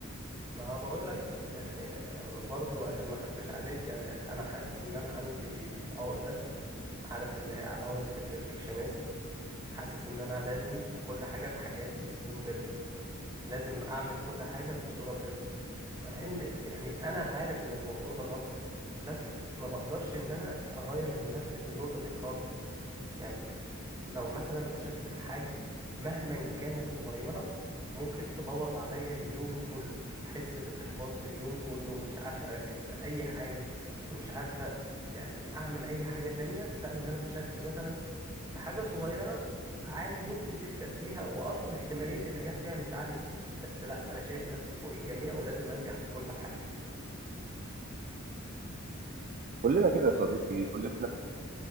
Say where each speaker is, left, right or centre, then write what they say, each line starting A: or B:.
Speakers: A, on the right; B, on the right.
A: ما بقول لك يعني برضو عشان ما اخبيش عليك يعني انا حاسس ان انا عندي عقدة عارف اللي هي عقدة البرفكشنزم حاسس ان انا لازم كل حاجة في حياتي تكون بيرفكت لازم اعمل كل حاجة بصورة بيرفكت مع ان يعني انا عارف ان الموضوع ده غلط بس ما بقدرش ان انا اغير من نفسي في النقطة دي خالص يعني لو مثلا فشلت في حاجة مهما كانت صغيرة ممكن تبوظ عليا اليوم كله احس بالاحباط في اليوم كله ومش عارفة اركز في اي حاجة ومش عارفة يعني اعمل اي حاجة تانية بسبب ان انا فشلت مثلا فحاجة صغيرة عادي ممكن تفشل فيها وأصلا احتمالية النجاح فيها مش عالية بس لا أنا شايف نفسي فوق الجميع ولازم أنجح في كل حاجة
B: كلنا كده يا صديقي كلنا